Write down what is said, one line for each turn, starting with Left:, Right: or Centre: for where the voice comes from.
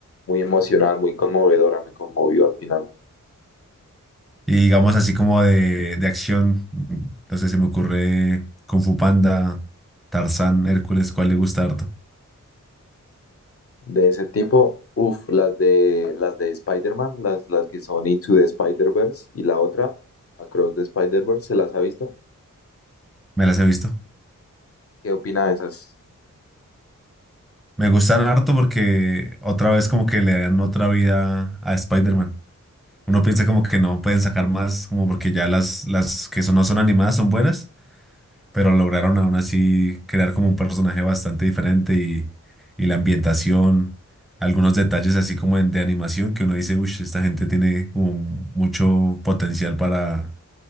Left: muy emocional, muy conmovedora, me conmovió al final.
Centre: Y digamos así como de, de acción, no sé, se me ocurre Kung Fu Panda, Tarzán, Hércules, ¿cuál le gusta harto?
Left: De ese tipo, uff, las de, las de Spider-Man, las, las que son Into the Spider-Verse y la otra, Across the Spider-Verse, ¿se las ha visto?
Centre: Me las he visto.
Left: ¿Qué opina de esas?
Centre: Me gustan harto porque otra vez como que le dan otra vida a Spider-Man. Uno piensa como que no pueden sacar más, como porque ya las, las que son, no son animadas son buenas pero lograron aún así crear como un personaje bastante diferente y, y la ambientación, algunos detalles así como de, de animación que uno dice, uy, esta gente tiene como mucho potencial para,